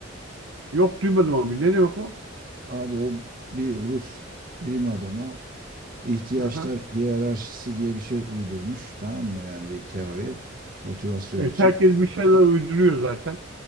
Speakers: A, on the right; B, on the right.
A: Yok duymadım abi. Ne demek o?
B: Abi o bir Rus bilim adamı ihtiyaçlar
A: Aha.
B: hiyerarşisi diye bir şey uydurmuş. Tamam mı? Yani bir teori motivasyon
A: Evet,
B: için.
A: herkes bir şeyler uyduruyor zaten.